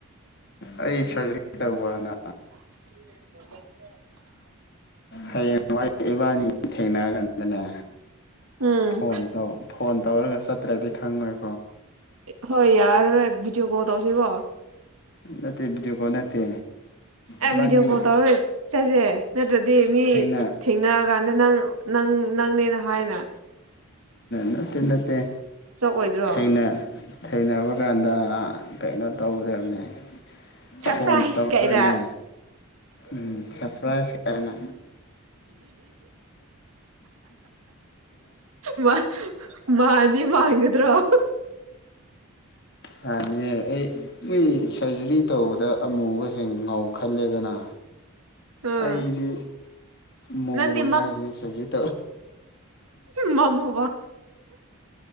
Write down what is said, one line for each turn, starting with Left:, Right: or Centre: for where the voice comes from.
Left: ꯑꯩ ꯁꯔꯖꯔꯤ ꯇꯧꯕꯅ
Right: <inaudible>
Left: ꯍꯌꯦꯡꯋꯥꯏ ꯏꯕꯥꯅꯤ ꯊꯦꯡꯅꯔꯀꯥꯟꯗꯅꯦ
Right: ꯎꯝ
Left: ꯐꯣꯟ ꯇꯧ ꯐꯣꯟ ꯇꯧꯔꯒ ꯆꯠꯇ꯭ꯔꯗꯤ ꯈꯪꯉꯣꯏ
Right: ꯍꯣꯏ ꯌꯥꯔꯔꯣꯢ ꯚꯤꯗꯤꯑꯣ ꯀꯣꯜ ꯇꯧꯁꯤꯀꯣ
Left: ꯅꯠꯇꯦ ꯅꯠꯇꯦ ꯀꯣ ꯅꯠꯇꯦ
Right: ꯑꯦ
Left: ꯏꯕꯥꯅꯤ
Right: ꯚꯤꯗꯤꯑꯣ ꯀꯣꯜ ꯇꯧꯔ ꯆꯠꯁꯦ ꯅꯠꯇ꯭ꯔꯗꯤ ꯃꯤ
Left: ꯊꯦꯡꯅ
Right: ꯊꯦꯡꯅꯑꯀꯥꯟꯗ ꯅꯪ ꯅꯪ ꯅꯪꯅꯦ ꯅꯍꯥꯏꯅ
Left: ꯅꯠꯇꯦ ꯅꯠꯇꯦ
Right: ꯆꯣꯞ ꯑꯣꯏꯗ꯭ꯔꯣ
Left: ꯊꯦꯡ ꯊꯦꯡꯅꯕ ꯀꯥꯟꯗ ꯀꯩꯅꯣ ꯇꯧꯒꯗꯕꯅꯦ
Right: ꯁꯔꯄ꯭ꯔꯥꯏꯖ
Left: ꯐꯣꯟ ꯇꯧꯔꯒꯅꯦ
Right: ꯀꯥꯏꯅ
Left: ꯎꯝ ꯁꯔꯄ꯭ꯔꯥꯏꯖ ꯑꯩꯅ
Right: ꯃꯥ ꯃꯥꯅꯤ ꯍꯥꯢꯒꯗ꯭ꯔꯣ <inaudible>
Left: ꯌꯥꯅꯤꯍꯦ ꯑꯩ ꯃꯨꯏ ꯁꯔꯖꯔꯤ ꯇꯧꯕꯗ ꯑꯃꯨꯕꯁꯤꯡ ꯉꯧ ꯈꯜꯂꯦꯗꯅ
Right: ꯎꯝ
Left: ꯑꯩꯗꯤ ꯃꯨꯋꯦ
Right: ꯅꯪꯗꯤ
Left: ꯍꯥꯢꯕꯅꯤ ꯁꯔꯖ꯭ꯔꯤ ꯇꯧ
Right: ꯃꯝꯃꯕ